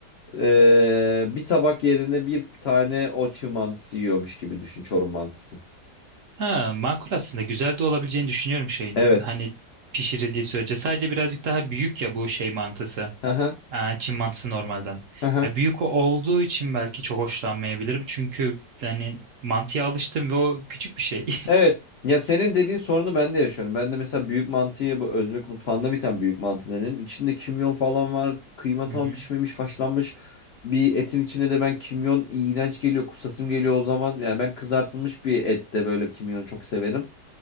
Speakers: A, on the left; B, on the right.
A: e, bir tabak yerine bir tane o çiğ mantısı yiyormuş gibi düşün Çorum mantısı.
B: Ha makul aslında güzel de olabileceğini düşünüyorum şeyin.
A: Evet.
B: Hani pişirildiği sürece sadece birazcık daha büyük ya bu şey mantısı.
A: Hı hı.
B: Ha, Çin mantısı normalden.
A: Hı hı.
B: Ya büyük o- olduğu için belki çok hoşlanmayabilirim. Çünkü yani mantıya alıştım ve o küçük bir şey.
A: Evet. Ya senin dediğin sorunu ben de yaşıyorum. Ben de mesela büyük mantıyı bu Özbek mutfağında bir tane büyük mantı denen. İçinde kimyon falan var. Kıyma
B: <laughs> Hı
A: tam
B: hı.
A: pişmemiş, haşlanmış. Bir etin içine de ben kimyon iğrenç geliyor, kusasım geliyor o zaman. Yani ben kızartılmış bir ette böyle kimyonu çok severim.